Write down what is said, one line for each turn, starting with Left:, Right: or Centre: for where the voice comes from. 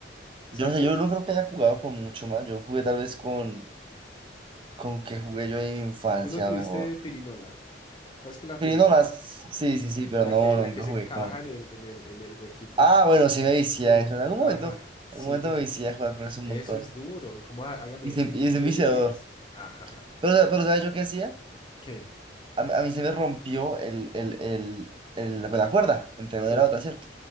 Left: Exacto,
Right: Yo no sé,
Left: de
Right: yo
Left: hecho,
Right: no creo que haya jugado con mucho más. Yo jugué tal vez con, con que jugué yo en infancia
Left: tú no tuviste
Right: mejor.
Left: pirinola. ¿Sabes qué es la
Right: Pirinolas,
Left: pirinola?
Right: sí, sí, sí, pero
Left: La
Right: no,
Left: que, la
Right: no, nunca
Left: que se
Right: jugué
Left: encaja
Right: con.
Left: en el, en el, en el huequito.
Right: Ah, bueno, sí me vicié
Left: Sí,
Right: a eso. En algún
Left: ajá,
Right: momento,
Left: sí,
Right: en algún momento
Left: porque
Right: me vicié a jugar
Left: es-
Right: con eso un
Left: eso
Right: montón.
Left: es duro. Como "Ah, hágame
Right: Y, se, y es un
Left: diez
Right: viciador.
Left: seguidas. Ajá.
Right: Pero, sa- pero ¿sabes yo qué hacía?
Left: ¿Qué?
Right: A, mí a mí se me rompió el, el, el, el- pues, la cuerda entre
Left: Sí,
Right: una y la otra, ¿cierto?